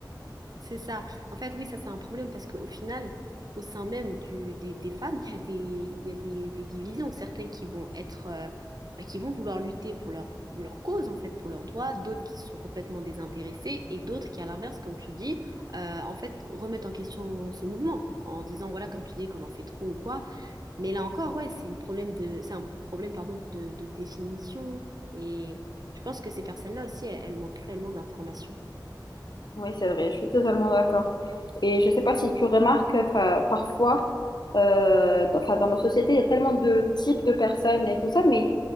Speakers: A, on the right; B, on the left.
A: C'est ça. En fait, oui, ça c'est un problème parce qu'au final, au sein même du, des, des femmes, il y a des, il y a des, des divisions. Certaines qui vont être, euh, bah, qui vont vouloir lutter pour leur, leur cause, en fait, pour leurs droits, d'autres qui sont complètement désintéressées et d'autres qui, à l'inverse, comme tu dis, euh, en fait, remettent en question ce mouvement en disant, voilà, comme tu dis, qu'on en fait trop ou quoi. Mais là encore, ouais, c'est une problème de, c'est un problème, pardon, de, de définition. Et je pense que ces personnes-là aussi, elles, elles manquent cruellement d'informations.
B: Oui, c'est vrai, je suis totalement d'accord. Et je ne sais pas si tu remarques, enfin, parfois, euh, dans, enfin, dans nos sociétés, il y a tellement de types de personnes et tout ça, mais